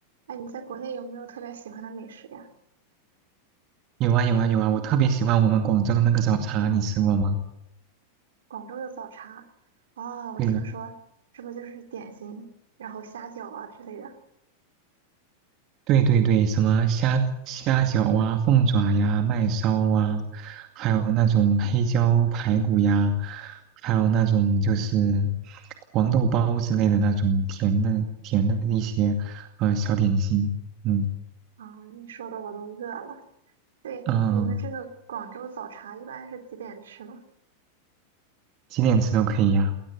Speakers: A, on the right; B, on the right.
A: 哎，你在国内有没有特别喜欢的美食呀？
B: 有啊有啊有啊，我特别喜欢我们广州的那个早茶，你吃过吗？
A: 广州的早茶，哦，我听说是不是就是点心，
B: 对了，
A: 然后虾饺啊之类的
B: 对对对，什么虾虾饺啊、凤爪呀、麦烧啊，还有那种黑椒排骨呀，还有那种就是黄豆包之类的那种甜的甜的一些呃小点心。嗯
A: 啊？你说的我都饿了。对，
B: 嗯，
A: 你们这个广州早茶一般是几点吃呢？
B: 几点吃都可以呀、